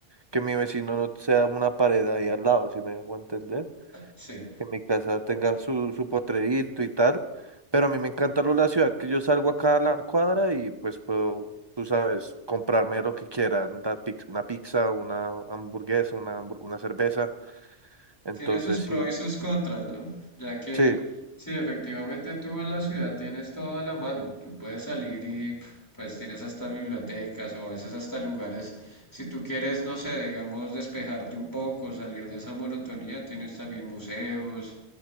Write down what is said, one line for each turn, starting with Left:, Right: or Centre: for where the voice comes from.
Right: que mi vecino no sea una pared ahí al lado, si me hago entender,
Left: Sí.
Right: que mi casa tenga su, su potrerito y tal, pero a mí me encanta lo de la ciudad, que yo salgo acá a la cuadra y pues puedo, tú sabes, comprarme lo que quiera, la piz- una pizza, una hamburguesa, una, hambur- una cerveza, entonces
Left: Tiene sus pros
Right: sí,
Left: y sus contras, ¿no? Ya que
Right: sí,
Left: si efectivamente tú en la ciudad tienes todo a la mano, tú puedes salir y pf, pues tienes hasta bibliotecas o a veces hasta lugares, si tú quieres, no sé, digamos, despejarte un poco, salir de esa monotonía, tienes también museos,